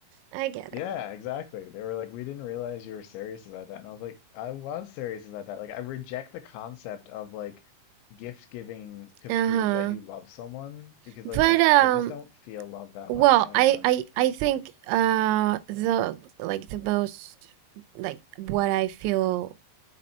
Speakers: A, on the right; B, on the left.
A: I get
B: Yeah,
A: it.
B: exactly. They were like, we didn't realize you were serious about that. And I was like, I was serious about that. Like, I reject the concept of like gift giving to
A: Uh
B: prove
A: huh.
B: that you love someone because
A: But,
B: like I,
A: um,
B: I just don't feel love that
A: well,
B: way. I
A: I,
B: don't know.
A: I, I think, uh, the, like, the most, like, what I feel